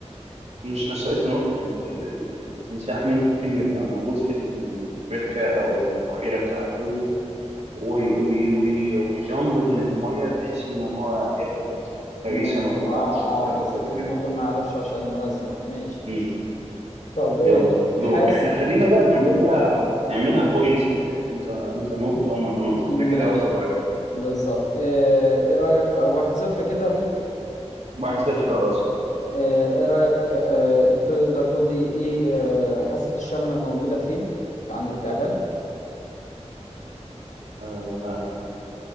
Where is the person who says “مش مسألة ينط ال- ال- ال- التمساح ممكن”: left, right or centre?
Right